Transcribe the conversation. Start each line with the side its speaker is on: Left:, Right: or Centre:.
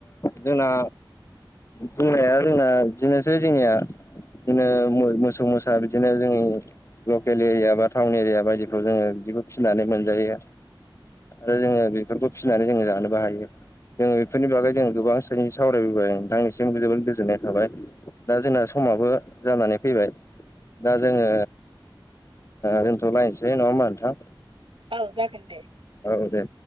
Left: जोंना बुंनाया जोंना बिदिनोसै जोंनिया बिदिनो मोसौ मोसा बिदिनो जोंनि लकेल एरिया बा टाउन एरिया बायदिफ्राव जोङो बिबो फिनानै मोनजायो आरो जोङो बेफोरखौ फिसिनानै जोङो जानोबो हायो जोङो बेफोरनि बागै जो गोबां सावरायबोबाय नोंथांनिसिम जोबोद गोजोननाय थाबाय दा जोंना समा समाबो जानानै फैबाय दा जोङो दोनथ'लायनोसै नङा होमबा नोंथां
Right: औ जागोन दे।
Left: औ दे